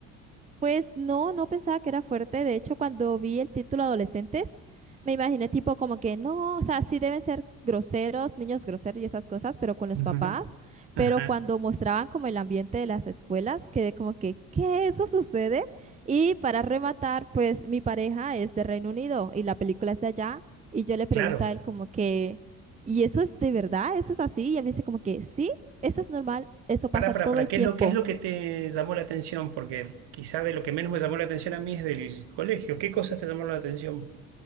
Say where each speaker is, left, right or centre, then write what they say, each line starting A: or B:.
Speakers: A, on the right (about 15°); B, on the right (about 60°).
A: Pues no, no pensaba que era fuerte. De hecho, cuando vi el título Adolescentes, me imaginé tipo como que no, o sea, sí deben ser groseros, niños groseros y esas cosas, pero con los
B: Ujú.
A: papás.
B: Ajá,
A: Pero cuando mostraban como el ambiente de las escuelas, quedé como que, ¿qué? ¿Eso sucede? Y para rematar, pues mi pareja es de Reino Unido y la película es de allá. Y yo le pregunto
B: claro.
A: a él como que, ¿y eso es de verdad? ¿Eso es así? Y él me dice como que, sí, eso es normal, eso
B: Para,
A: pasa
B: para,
A: todo
B: para,
A: el
B: ¿qué
A: tiempo.
B: es lo, qué es lo que te llamó la atención? Porque quizá de lo que menos me llamó la atención a mí es del colegio. ¿Qué cosas te llamaron la atención?